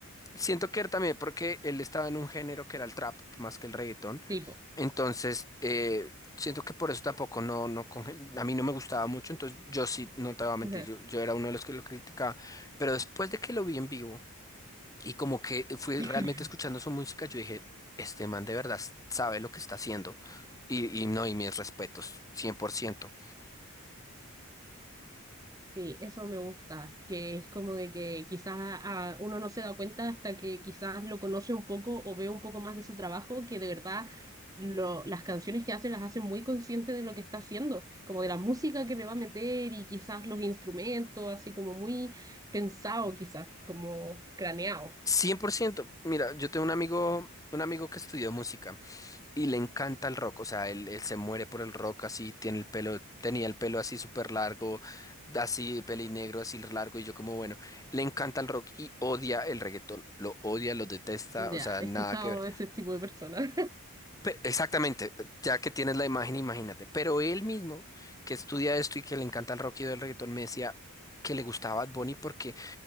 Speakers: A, on the left (about 15°); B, on the right (about 15°).
A: Siento que era también porque él estaba en un género que era el trap más que el reggaetón.
B: tipo.
A: Entonces, eh, siento que por eso tampoco no, no, conge- a mí no me gustaba mucho. Entonces, yo sí, no te voy a mentir,
B: Ajá.
A: yo, yo era uno de los que lo criticaba. Pero después de que lo vi en vivo y como que fui
B: <laughs>
A: realmente escuchando su música, yo dije, este man de verdad sabe lo que está haciendo. Y, y no, y mis respetos, cien cien por ciento
B: Sí, eso me gusta, que es como de que quizás ah, uno no se da cuenta hasta que quizás lo conoce un poco o ve un poco más de su trabajo, que de verdad lo, las canciones que hace las hace muy consciente de lo que está haciendo, como de la música que le va a meter y quizás los instrumentos, así como muy pensado quizás, como craneado.
A: cien por ciento Mira, yo tengo un amigo, un amigo que estudió música. Y le encanta el rock, o sea, él, él se muere por el rock así, tiene el pelo, tenía el pelo así súper largo, así pelinegro, así largo, y yo como, bueno, le encanta el rock y odia el reggaetón, lo odia, lo detesta,
B: Ya,
A: o sea,
B: he
A: nada
B: escuchado
A: que ver.
B: a ese tipo de personas.
A: Pe- exactamente, pe- ya que tienes la imagen, imagínate, pero él mismo, que estudia esto y que le encanta el rock y odia el reggaetón, me decía que le gustaba Bad Bunny porque